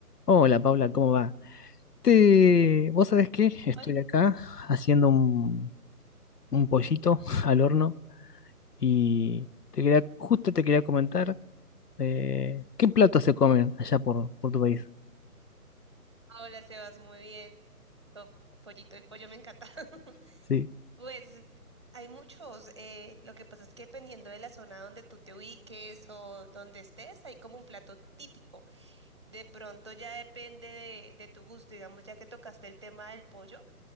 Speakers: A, on the left; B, on the right.
A: Hola Paula, ¿cómo va? Te... ¿Vos sabés qué? Estoy
B: Hola,
A: acá haciendo un, un pollito <laughs> al horno y te quería, justo te quería comentar eh, qué platos se comen allá por, por tu país.
B: hola, Sebas, muy bien. Oh, pollito, el pollo me encanta. <laughs>
A: Sí.
B: Pues hay muchos. eh, lo que pasa es que dependiendo de la zona donde tú te ubiques o donde estés, hay como un plato típico. De pronto ya depende de, de tu gusto. Digamos, ya que tocaste el tema del pollo,